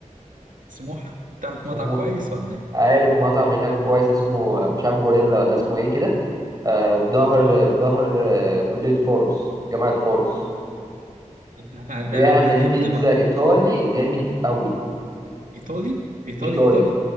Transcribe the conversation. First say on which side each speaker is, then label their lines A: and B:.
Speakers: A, on the right; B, on the right.
A: سموحة تعرف
B: سموحة
A: مطعم كويس ولا ايه؟
B: عارف مطعم هناك كويس اسمه مش عارف جوريلا ولا اسمه ايه كده آه، في ظهر
A: اه
B: في ظهر آه، كلية فاروس جامعة فاروس
A: طب احنا
B: بيعمل
A: هنعمل امتى
B: بيتزا
A: بقى؟
B: ايطالي جامد قوي
A: ايطالي ايطالي
B: ايطالي
A: ايطالي